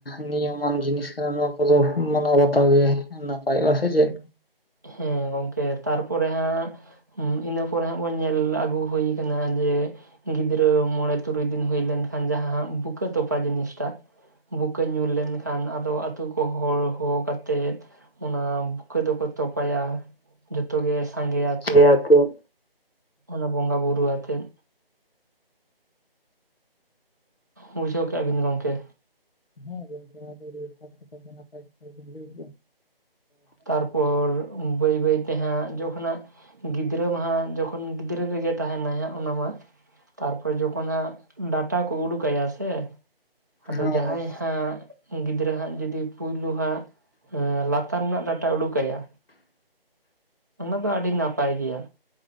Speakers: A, on the left; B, on the right.
A: ᱱᱤᱭᱚᱢᱟᱱ ᱡᱤᱱᱤᱥ ᱠᱟᱱᱟ᱾ ᱱᱚᱣᱟ ᱠᱚᱫᱚ ᱢᱟᱱᱟᱣ ᱵᱟᱛᱟᱣ ᱜᱮ ᱱᱟᱯᱟᱭᱚᱜ ᱟᱥᱮ ᱪᱮᱫ?
B: ᱦᱮᱸ ᱜᱚᱝᱠᱮ ᱛᱟᱨᱯᱚᱨᱮ ᱦᱟᱸᱜ ᱦᱩᱸ ᱤᱱᱟᱹ ᱯᱚᱨᱮ ᱦᱟᱸᱜ ᱵᱚᱱ ᱧᱮᱞ ᱟᱹᱜᱩ ᱦᱩᱭ ᱟᱠᱟᱱᱟ᱾ ᱡᱮ ᱜᱤᱫᱽᱨᱟᱹ ᱢᱚᱬᱮ ᱛᱩᱨᱩᱭ ᱫᱤᱱ ᱦᱩᱭ ᱞᱮᱱᱠᱷᱟᱱ ᱡᱟᱦᱟᱸ ᱵᱩᱠᱟᱹ ᱛᱚᱯᱟ ᱡᱤᱱᱤᱥ ᱴᱟᱜ ᱵᱩᱠᱟᱹ ᱧᱩᱨ ᱞᱮᱱᱠᱷᱟᱱ ᱟᱫᱚ ᱟᱹᱛᱩ ᱠᱚ ᱦᱚᱲ ᱦᱚᱦᱚ ᱠᱟᱛᱮᱫ ᱚᱱᱟ ᱵᱩᱠᱟᱹ ᱫᱚᱠᱚ ᱛᱚᱯᱟᱭᱟ ᱡᱷᱚᱛᱚ ᱜᱮ ᱥᱟᱸᱜᱮ ᱟᱛᱮᱜ
A: ᱦᱮᱸ ᱜᱚᱝᱠᱮ
B: ᱚᱱᱟ ᱵᱚᱸᱜᱟ ᱵᱩᱨᱩ ᱟᱛᱮᱫ ᱵᱩᱡᱷᱟᱹᱣ ᱠᱟᱭᱟᱜ ᱵᱤᱱ ᱜᱚᱝᱠᱮ
A: ᱦᱮᱸ ᱱᱟᱭ ᱞᱟᱹᱭ <unintelligible> ᱟ
B: ᱛᱟᱨᱯᱚᱨ ᱵᱟᱹᱭ ᱵᱟᱹᱭ ᱛᱮ ᱦᱟᱸᱜ ᱡᱚᱠᱷᱚᱱᱟᱜ ᱜᱤᱫᱽᱨᱟᱹ ᱢᱟ ᱦᱟᱸᱜ ᱡᱚᱠᱷᱚᱱ ᱜᱤᱫᱽᱨᱟᱹ ᱨᱮᱜᱮ ᱛᱟᱦᱮᱱᱟᱭ ᱦᱟᱸᱜ ᱚᱱᱟ ᱢᱟ ᱛᱟᱨᱯᱚᱨ ᱡᱚᱠᱷᱚᱱ ᱦᱟᱸᱜ ᱰᱟᱴᱟ ᱠᱚ ᱩᱰᱩᱠᱟᱭᱟ ᱥᱮ ᱟᱫᱚ
A: ᱦᱮᱸ ᱜᱚᱝᱠᱮ,
B: ᱡᱟᱦᱟᱸᱭ ᱦᱟᱸᱜ ᱜᱤᱫᱽᱨᱟᱹ ᱦᱟᱸᱜ ᱡᱩᱫᱤ ᱯᱳᱭᱞᱩ ᱦᱟᱸᱜ <unintelligible> ᱞᱟᱛᱟᱨ ᱨᱮᱱᱟᱜ ᱰᱟᱴᱟ ᱩᱰᱩᱠᱟᱭᱟ ᱚᱱᱟ ᱫᱚ ᱟᱹᱰᱤ ᱱᱟᱯᱟᱭ ᱜᱮᱭᱟ